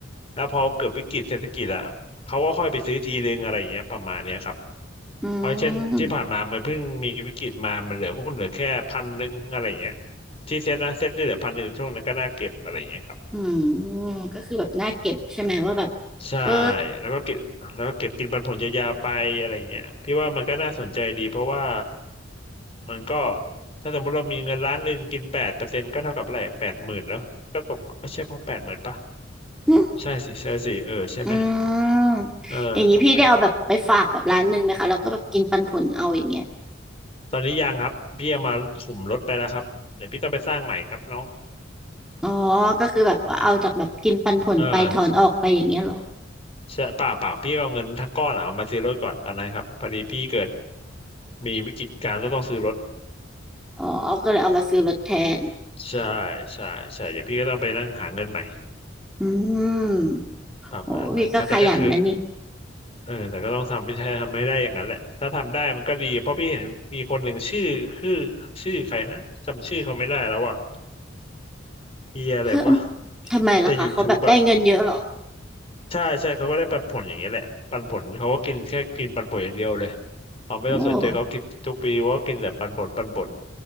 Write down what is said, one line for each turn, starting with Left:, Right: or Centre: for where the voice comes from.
Left: แล้วพอเกิดวิกฤตเศรษฐกิจอ่ะเขาก็ค่อยไปซื้อทีนึงอะไรอย่างเงี้ยประมาณเนี้ยครับ
Centre: อื
Left: เพราะเช่นที่ผ่านมามันเพิ่งมีวิกฤตมา
Centre: ม
Left: มันเหลือหุ้นเหลือแค่พันหนึ่งอะไรอย่างเงี้ยที่เซ็ตนะเซ็ตได้เหลือพันหนึ่งช่วงนั้นก็น่าเก็บอะไรอย่างเงี้ยครับ
Centre: อืมก็คือแบบน่าเก็บใช่ไหมว่าแบบ
Left: ใช่
Centre: เออ
Left: แล้วก็เก็บแล้วก็เก็บกินปันผลยาวๆไปอะไรเงี้ยพี่ว่ามันก็น่าสนใจดีเพราะว่ามันก็ถ้าสมมติเรามีเงินล้านหนึ่งกินแปดเปอร์เซ็นต์ก็เท่ากับอะไรแปดหมื่นแล้วก็ตกก็ใช่พอแปดหมื่นปะ
Centre: หึ
Left: ใช่สิใช่สิเออใช่ไหม
Centre: อืมอย่างนี้พี่ได้เอาแบบไปฝากแบบร้านหนึ่งไหมคะแล้วก็แบบกินปันผลเอาอย่างเงี้ย
Left: เออถูกไหมตอนนี้ยังครับพี่เอามาสุ่มลดไปแล้วครับเดี๋ยวพี่ต้องไปสร้างใหม่ครับน้อง
Centre: อ๋อก็คือแบบว่าเอาจากแบบกินปันผลไปถอนออกไปอย่างเงี้ยเหรอ
Left: เออ ใช่เปล่าเปล่าพี่เอาเงินทั้งก้อนอะเอามาซื้อรถก่อนตอนนั้นครับพอดีพี่เกิดมีวิกฤตการณ์ก็ต้องซื้อรถ
Centre: อ๋อก็เลยเอามาซื้อรถแทน
Left: ใช่ใช่ใช่เดี๋ยวพี่ก็ต้องไปนั่งหาเงินใหม่
Centre: อืม
Left: ประมาณนั้นครับแต่ก็คือ
Centre: โอ้พี่ก็ขยันนะนี่
Left: เออแต่ก็ต้องทำวิธีทำให้ได้อย่างนั้นแหละถ้าทำได้มันก็ดีเพราะพี่เห็นมีคนหนึ่งชื่อชื่อชื่อใครนะจำชื่อเขาไม่ได้แล้วอะเฮียอะไรวะ
Centre: แล้ว
Left: ที่ใน
Centre: ทำไมล่ะคะเขาแบบได้เงินเยอะเหรอ
Left: YouTube อะ ใช่ใช่เขาก็ได้ปันผลอย่างเงี้ยแหละปันผลเขาก็กินแค่กินปันผลอย่างเดียวเลยเขาไม่ต้องสนใจเขากินทุกปีว่ากินแต่ปันผลปันผล
Centre: โอ้